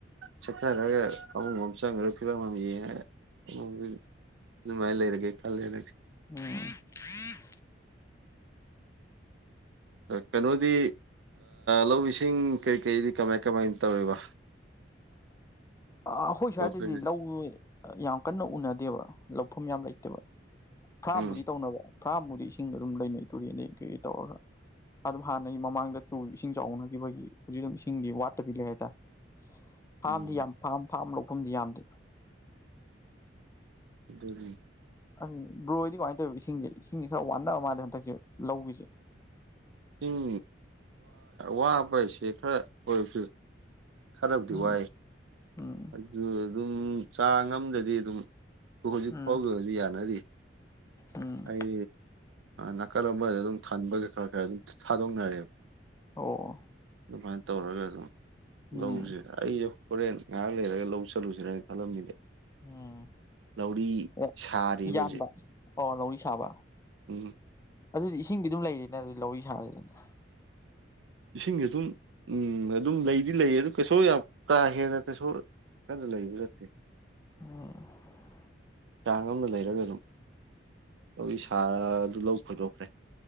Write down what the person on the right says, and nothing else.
ꯆꯠꯊꯔꯒ ꯐꯃꯨꯡ ꯑꯃ ꯆꯪꯈ꯭ꯔ ꯐꯤꯕꯝ ꯑꯃ ꯌꯦꯡꯉ ꯑꯣ ꯑꯗꯨꯃꯥꯏꯅ ꯂꯩꯔꯒꯦ ꯈꯜꯂꯔꯒꯦ
ꯀꯩꯅꯣꯗꯤ ꯂꯧ ꯏꯁꯤꯡ ꯀꯩꯀꯩꯗꯤ ꯀꯃꯥꯏ ꯀꯃꯥꯏꯅ ꯇꯧꯔꯤꯕ
ꯑꯩꯈꯣꯏꯗꯤ
ꯎꯝ
ꯎꯝ
<inaudible>
ꯆꯤꯡ ꯋꯥꯕꯁꯦ ꯈꯔ ꯑꯣꯏꯈ ꯈꯔꯕꯨꯗꯤ
ꯋꯥꯏ
ꯑꯗꯨ ꯑꯗꯨꯝ ꯆꯥ ꯉꯝꯗꯗꯤ ꯑꯗꯨꯝ ꯍꯧꯣꯏꯖꯤ
ꯐꯒꯅꯤ ꯌꯥꯅꯔꯤ
ꯑꯩ ꯅꯥꯀꯜ ꯑꯃꯕꯗ ꯑꯗꯨꯝ ꯊꯟꯕꯒ ꯈꯔ ꯈꯔ ꯑꯗꯨꯝ ꯊꯥꯗꯣꯛꯅꯔꯦꯕ
ꯑꯗꯨꯃꯥꯏꯅ ꯇꯧꯔꯒ ꯑꯗꯨꯝ
ꯂꯧꯁꯤ ꯑꯩꯁꯨ ꯍꯣꯔꯦꯟ ꯉꯥꯏꯍꯥꯛ ꯂꯩꯔꯒ ꯂꯧ ꯆꯠꯂꯨꯁꯤꯅꯅ ꯈꯜꯂꯝꯃꯤꯅꯦ
ꯂꯧꯔꯤ
ꯁꯥꯔꯤꯕ
ꯍꯧꯖꯤꯛ
ꯎꯝ
ꯏꯁꯤꯡ ꯑꯗꯨꯝ ꯑꯗꯨꯝ ꯂꯩꯗꯤ ꯂꯩ ꯑꯗꯨ ꯀꯩꯁꯨ ꯌꯥꯝ ꯀꯥ ꯍꯦꯟꯅ ꯀꯩꯁꯨ ꯀꯗ ꯂꯩꯕꯤ ꯔꯠꯇꯦ
ꯆꯥꯡ ꯑꯃ ꯂꯩꯔꯒ ꯑꯗꯨꯝ ꯂꯧ ꯁꯥꯥꯗꯨ ꯂꯧ ꯈꯣꯏꯗꯣꯛꯈ꯭ꯔꯦ